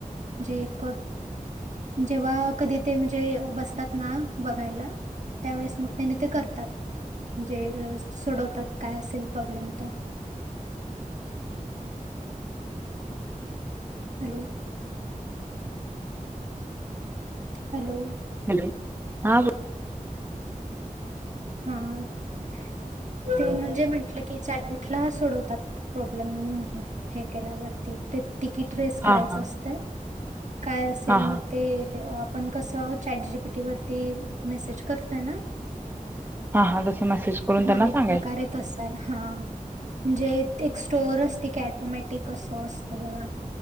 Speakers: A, on the right; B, on the right.
A: जे एक जेव्हा कधी ते म्हणजे बसतात ना बघायला. त्यावेळेस मग त्याने ते करतात म्हणजे सोडवतात काय असेल प्रॉब्लेम तो हॅलो हॅलो
B: हॅलो हा
A: हम ते म्हणजे म्हंटलं की चाटबुटला सोडवतात प्रॉब्लेम. हे केल्यावरती ते तिकीट रेस करायचं
B: हां, हां.
A: असतंय काय असेल
B: हां, हां.
A: मग ते ते आपण कसं चॅट जी पीटीवररती मेसेज करतोय ना
B: हा हा तस मेसेज करून
A: हा
B: त्यांना सांगायचं.
A: एक प्रकारे तस आहे हा म्हणजे एक स्टोअर अस. क टोमॅटिक असं असते बघा.